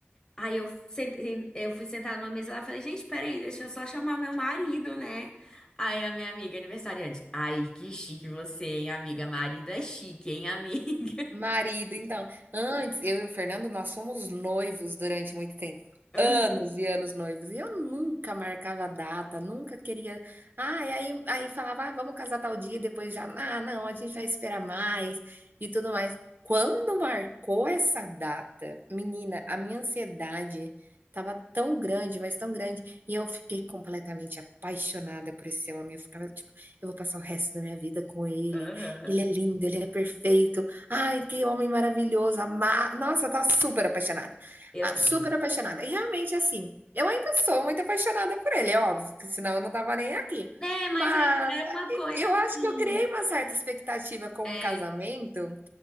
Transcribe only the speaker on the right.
Marido, então, antes eu e o Fernando nós fomos noivos durante muito tempo.
Anos e anos noivos. E eu nunca marcava data, nunca queria. Ah, e aí, aí falava, ah, vamos casar tal dia, e depois já, ah, não, a gente vai esperar mais e tudo mais. Quando marcou essa data, menina, a minha ansiedade tava tão grande, mas tão grande, e eu fiquei completamente apaixonada por esse homem. Eu ficava tipo, eu vou passar o resto da minha vida com ele.
Ele é lindo, ele é perfeito. Ai, que homem maravilhoso, ama... Nossa, eu tava super apaixonada.
Ah,
super apaixonada. E realmente, assim, eu ainda sou muito apaixonada por ele, é óbvio, que senão eu não tava nem aqui.
Mas
e eu
acho que eu criei uma certa expectativa com
o casamento,